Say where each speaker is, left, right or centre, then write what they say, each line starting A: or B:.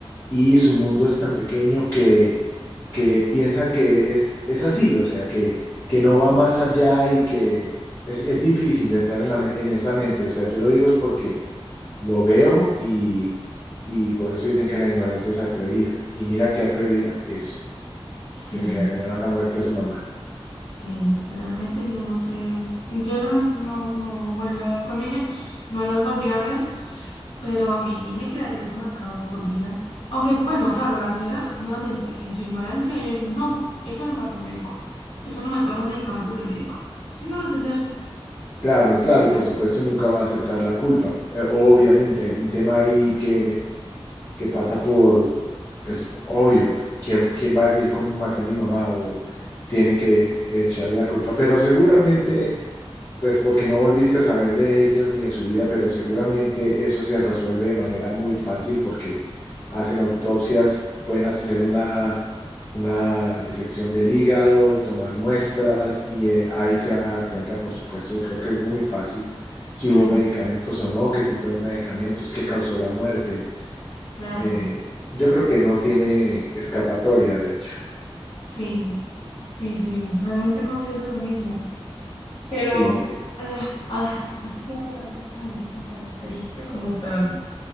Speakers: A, on the left; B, on the left.
A: y su mundo es tan pequeño que, que piensan que es, es así, o sea, que, que no va más allá y que es, es difícil entrar en, la me- en esa mente. O sea, yo lo digo es porque lo veo y, y por eso dicen que la ignorancia es atrevida. Y mira qué atrevida es,
B: sí,
A: que le genera una muerte a su mamá.
B: sí, realmente yo no sé, yo realmente no, no volví a hablar con ellas, no las volví a ver. pero a mí me quedaría eso marcado de por vida. Aunque, bueno, claro, la señora, nuevamente, en su ignorancia, ella dice, no, eso lo mató el médico. Eso lo mató los medicamentos del médico. ¿Sí me va a entender?
A: Claro, claro, y por supuesto nunca va a aceptar la culpa. Eh, obviamente hay un tema ahí que, que pasa por, pues obvio, ¿quién, quién va a decir cómo maté a mi mamá o tiene que eh, echarle la culpa? Pero seguramente pues porque no volviste a saber de ellos ni de su vida, pero seguramente eso se resuelve de manera muy fácil porque hacen autopsias, pueden hacer una, una disección del hígado, tomar muestras y eh, ahí se van a dar cuenta, por supuesto, creo que es muy fácil si
B: Mm,
A: hubo medicamentos o no, qué tipo de medicamentos, qué causó la muerte.
B: claro,
A: Eh, yo creo que no tiene escapatoria, de hecho.
B: sí, sí, sí, realmente considero lo mismo. Pero
A: Sí, eh,
B: ah, ah, es que me parece tan, tan triste como tan,